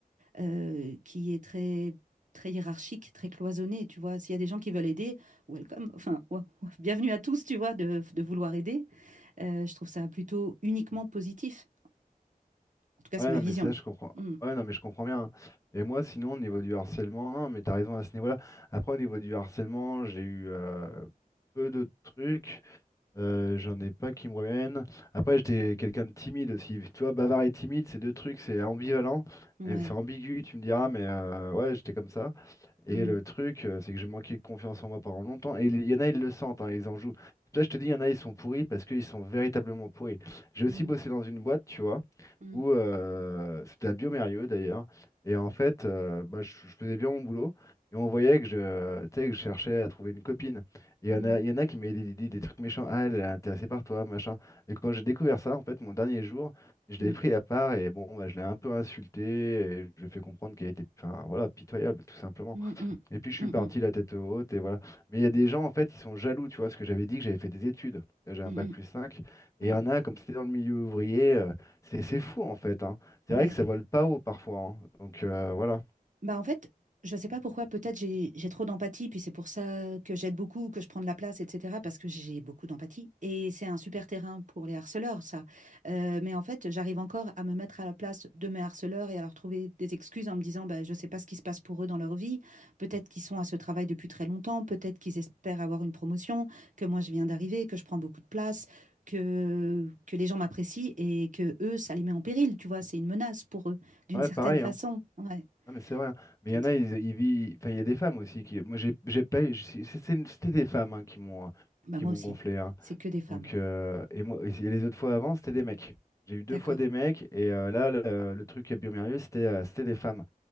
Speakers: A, on the right; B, on the left.
A: euh, qui est très, très hiérarchique, très cloisonné, tu vois. S'il y a des gens qui veulent aider, welcome, enfin, ouais, ouais, bienvenue à tous, tu vois, de, de vouloir aider. Euh, je trouve ça plutôt uniquement positif. En tout cas,
B: Ouais,
A: c'est ma
B: non,
A: vision.
B: mais c'est là, je comprends.
A: Mm,
B: Ouais, non, mais je comprends bien. hein. Et moi, sinon, au niveau du harcèlement, non, mais t'as raison à ce niveau-là. Après, au niveau du harcèlement, j'ai eu euh, peu de trucs. Euh, j'en ai pas qui me reviennent. Après, j'étais quelqu'un de timide aussi. Tu vois, bavard et timide, c'est deux trucs, c'est ambivalent.
A: ouais.
B: Mais c'est ambigu, tu me diras, mais euh, ouais, j'étais comme ça. Et
A: Mm,
B: le truc, euh, c'est que j'ai manqué de confiance en moi pendant longtemps. Et il y en a, ils le sentent, hein, ils en jouent. C'est pour ça que je te dis, il y en a, ils sont pourris parce qu'ils sont véritablement pourris. J'ai
A: mm,
B: aussi bossé dans une boîte, tu vois,
A: mm,
B: où euh, c'était à Biomérieux d'ailleurs. Et en fait, euh, bah, je, je faisais bien mon boulot. Et on voyait que je, tu sais, que je cherchais à trouver une copine. Et
A: mm,
B: il y en a, il y en a qui m'avaient dit, dit des trucs méchants. Ah, elle est intéressée par toi, machin. Et quand j'ai découvert ça, en fait, mon dernier jour, je
A: mm,
B: l'ai pris à part et bon, bah, je l'ai un peu insulté et je lui ai fait comprendre qu'elle était, enfin, voilà, pitoyable, tout simplement.
A: mm, mm,
B: Et puis je suis
A: mm,
B: parti
A: mm,
B: la tête haute et voilà. Mais il y a des gens en fait, ils sont jaloux, tu vois, parce que j'avais dit que j'avais fait des études. Là, J'ai un
A: mm,
B: bac
A: mm,
B: plus 5. Et
A: mm,
B: il y en a, comme c'était dans le milieu ouvrier, euh, c'est c'est fou en fait. hein. C'est
A: mm,
B: vrai
A: ouais.
B: que ça vole pas haut parfois. hein. Donc euh, voilà.
A: Bah en fait, je sais pas pourquoi, peut-être j'ai j'ai trop d'empathie, puis c'est pour ça que j'aide beaucoup, que je prends de la place, etc., parce que j'ai beaucoup d'empathie. Et c'est un super terrain pour les harceleurs, ça. Euh, mais en fait, j'arrive encore à me mettre à la place de mes harceleurs et à leur trouver des excuses en me disant, bah, je sais pas ce qui se passe pour eux dans leur vie. Peut-être qu'ils sont à ce travail depuis très longtemps, peut-être qu'ils espèrent avoir une promotion, que moi je viens d'arriver, que je prends beaucoup de place. Que, que les gens m'apprécient et que eux, ça les met en péril, tu vois, c'est une menace pour eux, d'une
B: Ouais,
A: certaine
B: pareil.
A: façon.
B: Hein.
A: Ouais.
B: Non, mais c'est vrai. hein. Mais
A: d'une
B: il y en
A: certaine
B: a, ils, ils vivent. Enfin, il y a des femmes aussi qui. Moi, j'ai j'ai pas. j'ai- c'est- c'est- C'était des femmes hein, qui m'ont euh,
A: Bah,
B: qui
A: moi
B: m'ont
A: aussi.
B: gonflé. hein.
A: C'est que des femmes.
B: Donc euh, et moi et les autres fois avant, c'était des mecs. J'ai eu deux
A: D'accord.
B: fois des mecs et euh, là le, le truc à Biomérieux, c'était euh, c'était des femmes.